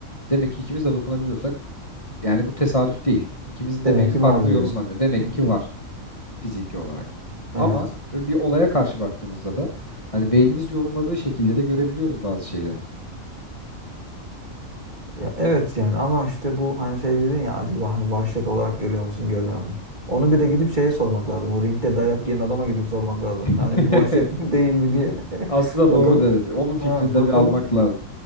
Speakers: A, on the left; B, on the right.
A: demek ki ikimiz de dokunabiliyorsak yani bu tesadüf değil. İkimizin de
B: Demek
A: beyni
B: ki
A: farklı
B: var diyorsun.
A: yorumlamıyor. Demek
B: Hı hı.
A: ki var fiziki olarak.
B: Evet.
A: Ama e, bir olaya karşı baktığımızda da hani beynimiz yorumladığı şekilde de görebiliyoruz bazı şeyleri.
B: Ya, evet yani ama işte bu hani şey dedin ya acaba hani vahşet olarak görüyor musun görmüyor musun? Onu bir de gidip şeye sormak lazım. O ringde dayak yiyen adama gidip sormak lazım.
A: <laughs>
B: Yani bu vahşet <laughs> mi değil mi diye.
A: Aslında
B: <laughs> Bakalım.
A: doğru dedi. Onun fikrini
B: Ha,
A: de
B: bakalım.
A: bir almak lazım.